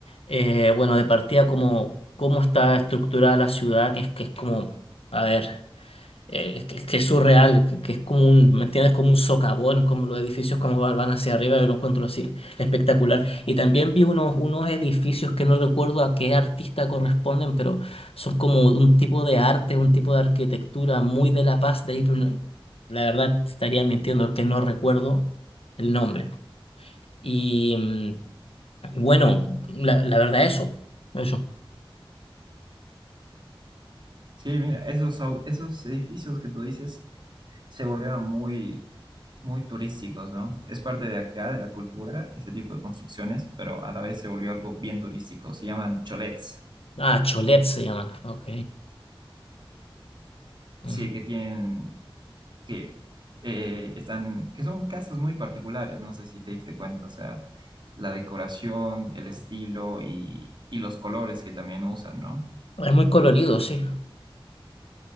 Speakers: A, on the left; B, on the right.
A: Eh, bueno, de partida como cómo está estructurada la ciudad, que es, que es como, a ver. Eh, es que, es que es surreal, que, que es como un, ¿me entiendes? Como un socavón, como los edificios como van, van hacia arriba, yo lo encuentro así espectacular. Y también vi unos, unos edificios que no recuerdo a qué artista corresponden, pero son como un tipo de arte, un tipo de arquitectura muy de La Paz de ahí, pero no- la verdad te estaría mintiendo que no recuerdo el nombre. Y mm, y bueno, la, la verdad eso, eso.
B: Sí, mira, esos, au- esos edificios que tú dices se volvieron muy, muy turísticos, ¿no? Es parte de acá, de la cultura, ese tipo de construcciones, pero a la vez se volvió algo bien turístico. Se llaman cholets,
A: Ah, Cholet se llaman, ok. Ujú.
B: sí, que tienen, que eh, están, que son casas muy particulares, no sé si te diste cuenta, o sea, la decoración, el estilo y, y los colores que también usan, ¿no?
A: Es muy colorido, sí.